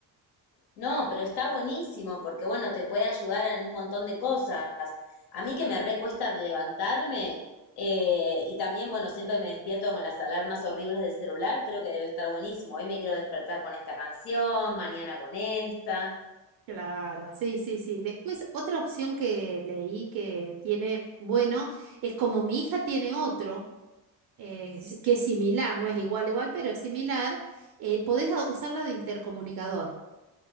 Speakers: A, on the left; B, on the right.
A: No, pero está buenísimo porque, bueno, te puede ayudar en un montón de cosas. A mí que me recuesta levantarme eh, y también, bueno, siempre me despierto con las alarmas horribles del celular, creo que debe estar buenísimo. Hoy me quiero despertar con esta canción, mañana con esta.
B: Claro, sí, sí, sí. Después, otra opción que leí que tiene, bueno, es como mi hija tiene otro. eh, s- que es similar, no es igual, igual, pero es similar, eh, podés a- usarla de intercomunicador.